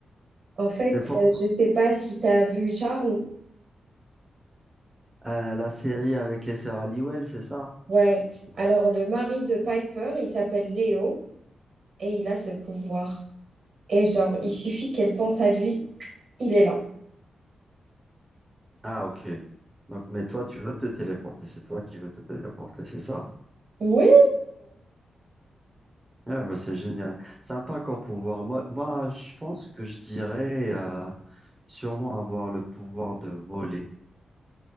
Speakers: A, on the right (about 65°); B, on the right (about 15°).
A: En fait,
B: Mais pourquoi
A: euh, je ne sais pas si tu as vu Charme.
B: Euh, la série avec les sœurs Halliwell, c'est ça?
A: Ouais. Alors, le mari de Piper, il s'appelle Léo et il a ce pouvoir. Et genre, il suffit qu'elle pense à lui, il est là.
B: Ah, ok. Donc, mais toi, tu veux te téléporter. C'est toi qui veux te téléporter, c'est ça?
A: Oui!
B: Ah, bah, c'est génial. Sympa comme pouvoir. Moi, moi, je pense que je dirais euh, sûrement avoir le pouvoir de voler.